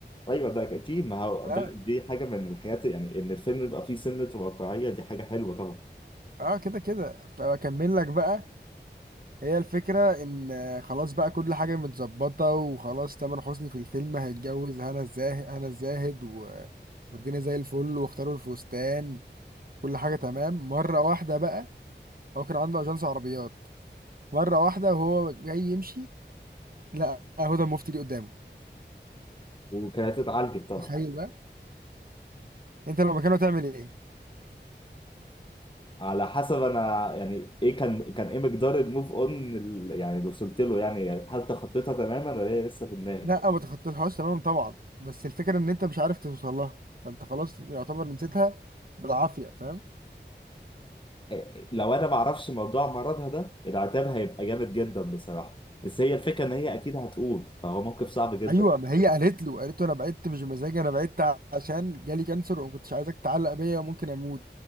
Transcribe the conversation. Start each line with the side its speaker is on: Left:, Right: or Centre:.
Left: ايوه ده اكيد ما هو
Right: اه
Left: ده دي حاجه من الحاجات يعني ان الفيلم يبقى فيه سنه واقعيه دي حاجه حلوه طبعا
Right: اه كده كده اكمل لك بقى هي الفكره ان آه، خلاص بقى كل حاجه متظبطه وخلاص تامر حسني في الفيلم هيتجوز هنا الزاهد هنا الزاهد و... والدنيا زي الفل واختاروا الفستان كل حاجه تمام مره واحده بقى هو كان عنده اجنس عربيات مره واحده وهو جاي يمشي لا هدى المفتي دي قدامه
Left: وكانت اتعالجت طبعا
Right: تخيل بقى انت لو مكانه تعمل ايه
Left: على حسب انا يعني ايه كان كان ايه مقدار الموف اون ال- يعني اللي وصلت له يعني هل تخطيتها تماما ولا هي لسه في دماغي
Right: لا ما تخطيتهاش تماما طبعا بس الفكره ان انت مش عارف توصل لها فانت خلاص يعتبر نسيتها بالعافيه فاهم
Left: إيه- إيه، لو انا ما اعرفش موضوع مرضها ده العتاب هيبقى جامد جدا بصراحه بس هي الفكره ان هي اكيد هتقول فهو موقف صعب جدا
Right: ايوه ما هي قالت له قالت له انا بعدت مش بمزاجي انا بعدت عشان جالي كانسر وما كنتش عايزك تتعلق بيا وممكن اموت